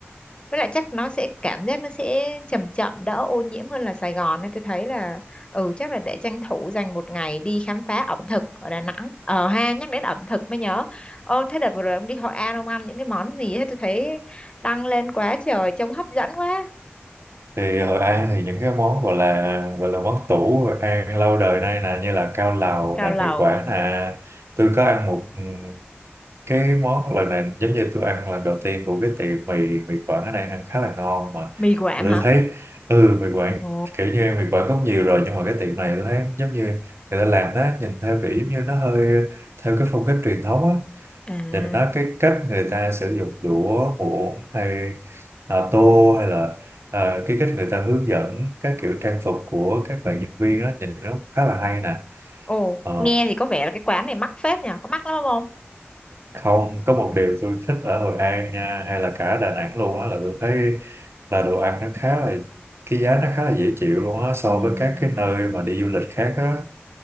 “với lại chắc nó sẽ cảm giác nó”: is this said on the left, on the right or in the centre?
Left